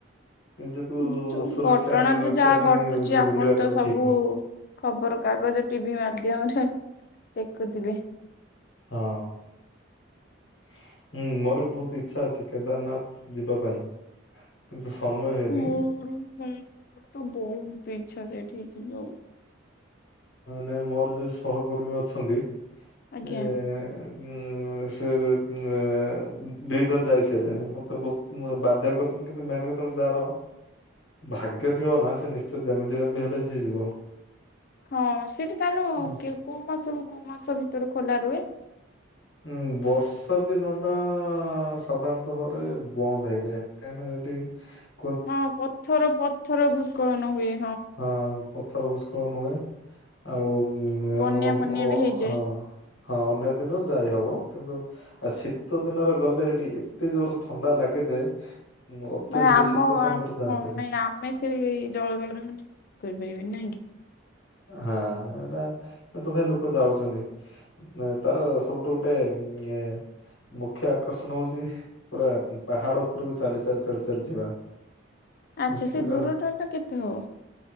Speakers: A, on the left; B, on the left.
A: ନିଜକୁ
B: ଉଁ ଚ
A: ସୁରକ୍ଷାରେ
B: ଘଟଣା ତ
A: ରଖିବା
B: ଯାହା
A: ପାଇଁ
B: ଘଟୁଚି,
A: ବି
B: ଆପଣ
A: ବୁଲିବାଟା
B: ତ
A: ବି
B: ସବୁ
A: ଠିକ ନୁହଁ।
B: ଖବର କାଗଜ, ଟିଭି ମାଧ୍ୟମରେ ଦେଖୁଥିବେ।
A: ହଁ। ହୁଁ, ମୋର ବହୁତ ଇଚ୍ଛା ଅଛି କେଦାରନାଥ ଯିବା ପାଇଁ। ସମୟ ହୁଏନି।
B: ମୋର ମୋର ତ ବହୁତ ଇଚ୍ଛା ସେଇଠିକି ଯିବ।
A: ନାଇଁ ମୋର ଯୋଉ ସହକର୍ମୀ ଅଛନ୍ତି,
B: ଆଜ୍ଞା।
A: ଏ ଉମ୍ ସେ ଉଁ ଆ ଦିଥର ଯାଇ ସାରିଲେଣି। ମତେ ବହୁତ ବାଧ୍ୟ କରୁଛନ୍ତି କିନ୍ତୁ ମେନ୍ କଥା କିନ୍ତୁ ଯାହାର ଭାଗ୍ୟ ଥିବ ନା, ସେ ନିଶ୍ଚୟ ଯେମିତି ହେବେ ବି ହେଲେ ସିଏ ଯିବ।
B: ହଁ। ସେଠି ତାହାନୁ
A: ହୁଁ।
B: କେ କୋଉ ମାସରୁ କୋଉ ମାସ ଭିତରେ ଖୋଲା ରୁହେ?
A: ହୁଁ। ବର୍ଷା ଦିନଟା ସାଧାରଣତଃ ଭାବରେ ବନ୍ଦ ହେଇଯାଏ। କାହିଁକିନା ସେଠି ସେଠି
B: ହଁ ପଥର ପଥର ଭୂସ୍ଖଳନ ହୁଏ।
A: ହଁ ପଥର ଭୂସ୍ଖଳନ ହୁଏ, ଆଉ ଉଁ
B: ବନ୍ୟା ଫନ୍ୟା
A: ହଁ
B: ବି ହେଇଯାଏ
A: ଅନ ହଁ। ଅନ୍ୟ ଦିନ ଯାଇ ହବ, କିନ୍ତୁ ଆ ଶୀତଦିନରେ ଗଲେ ସେଠି, ଏତେ ଜୋର ଥଣ୍ଡା ଲାଗେ ଯେ ଉଁ, ଅତ୍ୟଧିକ
B: ମାନେ ଆମ
A: ଶୀତ
B: ହଁ
A: ସମୟରେ ଯାଆନ୍ତିନି
B: ନାଇଁ ଆମେ ସେ ଜଳ କରୁନ। କରିପାରିବ ନାଇଁ କି।
A: ହଁ ଏଟା ତଥାପି ଲୋକ ଯାଉଛନ୍ତି ତାର ସବୁଠୁ ଗୋଟେ ହୁଁ। ମୁଖ୍ୟ ଆକର୍ଷଣ ହଉଛି ପୁରା ପାହାଡ ଉପରକୁ ଚାଲି ଚାଲି ଚାଲି ଚାଲି ଯିବା।
B: ଆଚ୍ଛା
A: ସେଟା
B: ସେ ଦୂରଟା ଟା କେତେ ହବ